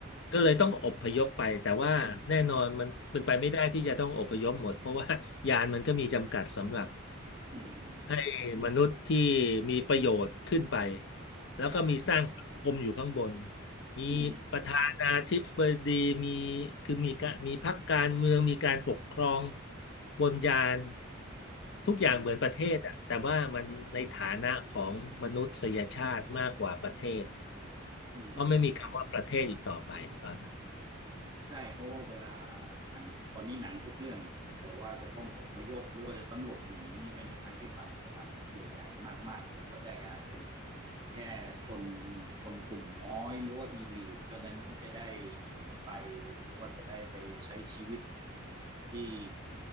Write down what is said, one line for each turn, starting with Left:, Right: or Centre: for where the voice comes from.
Left: ก็เลยต้องอพยพไปแต่ว่าแน่นอนมันเป็นไปไม่ได้ที่จะต้องอพยพหมดเพราะว่า <laughs> ยานมันก็มีจำกัดสำหรับ
Right: อืม
Left: ให้มนุษย์ที่มีประโยชน์ขึ้นไปแล้วก็มีสร้างสังคมอยู่ข้างบน
Right: ใช่อืม
Left: มีประธานาธิบดีมี
Right: อืม
Left: คือมีกะมีพรรคการเมืองมีการปกครองบนยานทุกอย่างเหมือนประเทศอะแต่ว่ามันในฐานะของมนุษยชาติมากกว่าประเทศ
Right: อืมอืม
Left: เพราะไม่มีคำว่าประเทศอีกต่อไปตอนนั้น
Right: ใช่เพราะว่าเวลาหนังตอนนี้หนังทุกเรื่องถ้าเกิดว่าจะต้องอพยพหรือว่าจะต้องหลบหนีไปในภัยพิบัติระดับใหญ่ๆมากๆเนี่ยก็จะกลายเป็นแค่ชนชนกลุ่มน้อยหรือว่าอีลีทเท่านั้นที่จะได้หนีไปหรือว่าจะได้ไปใช้ชีวิตที่